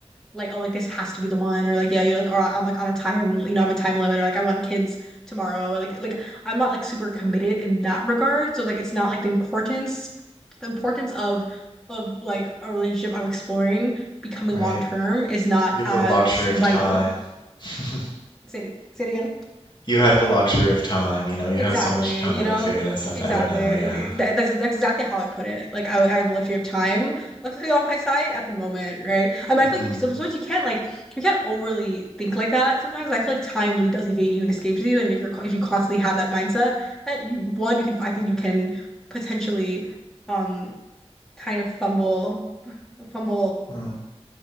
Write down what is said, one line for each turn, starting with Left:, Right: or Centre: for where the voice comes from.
Centre: like oh like this has to be the one or like yeah you're like or I'm like on a time you know I'm a time limit or like I want kids tomorrow and like like I'm not like super committed in that regard. So like it's not like the importance the importance of of like a relationship I'm exploring becoming
Left: Right.
Centre: long term is not
Left: You have
Centre: as
Left: the luxury of
Centre: vital.
Left: time. <laughs>
Centre: Say it say it again.
Left: You have the luxury of time, you know, you
Centre: Exactly,
Left: have so much time
Centre: you know,
Left: to figure that stuff
Centre: exactly.
Left: out now,
Centre: Ex-
Left: yeah.
Centre: that- That's that's exactly how I'd put it. Like I I have the luxury of time, luckily on my side at the moment, right? I mean, I
Left: Mm-hmm.
Centre: feel like you, sometimes you can't like you can't overly think like that. Sometimes I feel like time really does evade you and escapes you, and you're co- if you constantly have that mindset that you one you can I think you can potentially um kind of fumble fumble
Left: hmm Mm.